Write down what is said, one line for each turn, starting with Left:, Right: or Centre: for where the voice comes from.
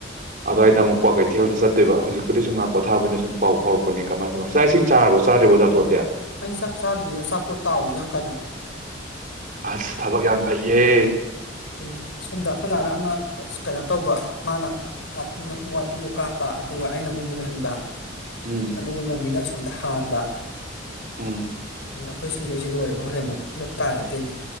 Right: ꯑꯗꯨꯋꯥꯏꯗ ꯑꯃꯨꯛ ꯀ꯭ꯋꯥꯀꯩ ꯀꯊꯦꯜꯗ ꯆꯠꯇꯣꯏꯕ ꯍꯧꯖꯤꯛꯄꯨ ꯁꯨꯝ ꯉꯥꯛ ꯄꯊꯥꯕꯅ ꯁꯨꯝ ꯄꯥꯎ ꯐꯥꯎꯔꯛꯄ ꯀꯃꯥꯏ ꯀꯃꯥꯏꯅ ꯆꯥꯛ ꯏꯁꯤꯡ ꯆꯥꯔꯕꯣ ꯆꯥꯗꯔꯤꯕꯣꯥꯇꯣꯟꯗꯦ
Left: ꯑꯩ ꯆꯥꯛ ꯆꯥꯗ꯭ꯔꯤ ꯑꯆꯥꯄꯣꯠ ꯇꯥꯎꯔꯤ ꯑꯪ ꯀꯗ
Right: ꯑꯁ ꯊꯕꯛ ꯌꯥꯝ ꯐꯩꯌꯦ
Left: ꯎꯝ ꯑꯁꯣꯝꯗ ꯑꯩꯈꯣꯏꯗꯥꯅ ꯑꯃ ꯀꯩꯅꯣ ꯇꯧꯕ ꯃꯥꯅꯤꯟ ꯋꯥꯇꯤꯟꯗꯣ ꯀꯥꯞꯄ ꯑꯗꯨꯒ ꯑꯩꯅ ꯑꯃꯨꯛ ꯃꯨꯜꯍꯟꯕ
Right: ꯎꯝ
Left: ꯑꯗꯨꯝꯕ ꯃꯤꯅꯥ ꯁꯣꯝꯗ ꯍꯥꯟꯕ
Right: ꯎꯝ
Left: ꯑꯗꯨꯅ ꯑꯩꯈꯣꯏ ꯒꯩꯁꯦ ꯂꯣꯏꯔꯒ ꯍꯣꯔꯅ ꯑꯃꯨꯛ ꯄꯨꯂꯞ ꯇꯥꯏꯔꯗꯣꯏꯅꯤ